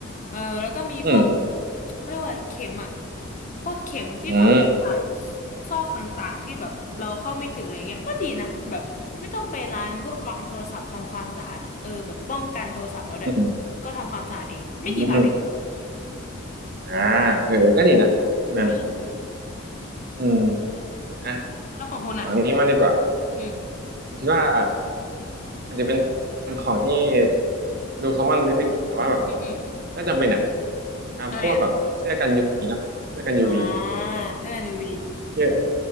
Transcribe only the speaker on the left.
เออแล้วก็มีพวก
เขาเรียกว่าอะไรเข็มอะพวกเข็มที่ทำผ่า
ซอกต่างๆที่แบบเราเข้าไม่ถึงอะไรเงี้ยก็ดีนะแบบไม่ต้องไปร้านพวกร้านโทรศัพท์ทำความสะอาดอะเออแบบป้องกันโทรศัพท์เราด้วยแล้วก็ทำความสะอาดเอง
ไม่กี่บาทเอง
แค่นี้
แล้วของคุณอะ
อืม
อืมอืม
อะไรอะอ่าเสื้อกัน UV